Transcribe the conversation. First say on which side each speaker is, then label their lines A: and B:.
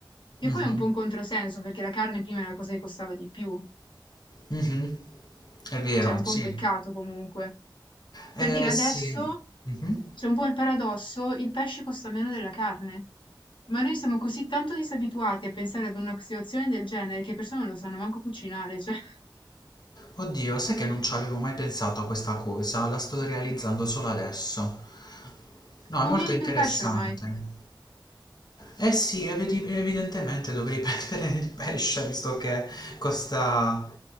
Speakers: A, on the left (about 80°); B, on the left (about 55°).
A: che
B: Mhm.
A: poi è un po' un controsenso perché la carne prima era la cosa che costava di più,
B: Mh-mh. È vero,
A: cioè è un po'
B: sì.
A: un peccato comunque.
B: Eh
A: Per dire adesso
B: sì. Mh-mh.
A: c'è un po' il paradosso, il pesce costa meno della carne, ma noi siamo così tanto disabituati a pensare ad una situazione del genere che le persone non lo sanno manco cucinare, cioè <laughs>
B: Oddio, sai che non ci avevo mai pensato a questa cosa, la sto realizzando solo adesso. No,
A: conviene
B: è molto
A: di
B: interessante.
A: più il pesce ormai.
B: Eh sì, evidi evidentemente dovrei <laughs> prendere il pesce visto che costa